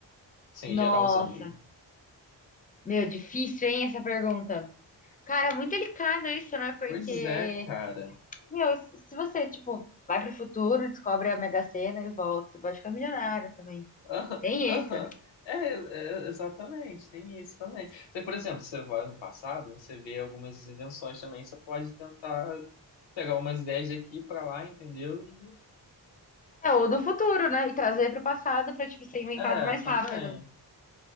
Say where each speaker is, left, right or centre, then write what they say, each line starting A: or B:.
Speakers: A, on the left; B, on the left.
A: sim,
B: nossa.
A: geralzão mesmo.
B: Meu, difícil, hein, essa pergunta. Cara, muito delicado isso, né? Porque,
A: Pois é, cara.
B: meu, se você, tipo, vai pro futuro, descobre a Mega Sena e volta, você pode ficar milionário também.
A: <laughs> Aham,
B: Tem
A: aham.
B: isso.
A: É, é, exatamente, tem isso também. Você, por exemplo, você vai no passado, você vê algumas invenções também, você pode tentar pegar umas ideias daqui pra lá, entendeu? E
B: É, ou do futuro, né? E trazer pro passado pra, tipo, ser inventado
A: É,
B: mais
A: também.
B: rápido.